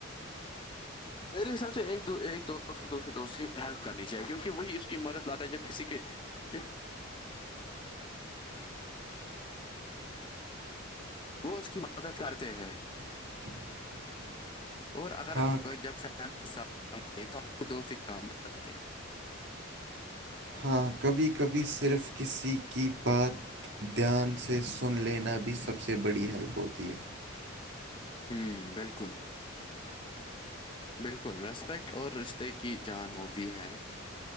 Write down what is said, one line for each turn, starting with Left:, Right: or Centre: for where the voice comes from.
Left: میرے حساب سے ایک دو ایک دو اس کو دوسرری دوست کی ہیلپ کرنی چاہیے کیونکہ وہی اس کی مدد لاتا ہے جب کسی کے <inaudible> وہ اس کی مدد کرتے ہیں
Right: <inaudible>
Left: اور اگر
Right: ہاں
Left: کوئی جب فیملی ساتھ نہیں دے تو دوست ہی کام اجاتے ہے
Right: ہاں کبھی کبھی صرف کسی کی بات دھیان سے سن لینا بھی سب سے بڑی ہیلپ ہوتی ہے
Left: ہممم بالکل بالکل ریسپیکٹ اور رشتے کی جان ہوتی ہے